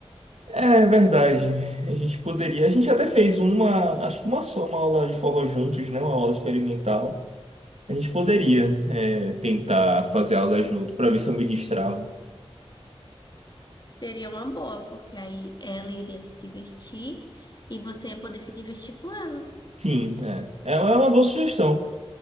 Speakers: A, on the right (about 80°); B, on the left (about 40°).
A: É verdade. A gente poderia. A gente até fez uma, acho que uma só, uma aula de forró juntos, né? Uma aula experimental. A gente poderia, é, tentar fazer aula junto para ver se eu me destravo.
B: Seria uma boa, porque aí ela iria se divertir e você ia poder se divertir com ela.
A: Sim, é. É uma é uma boa sugestão.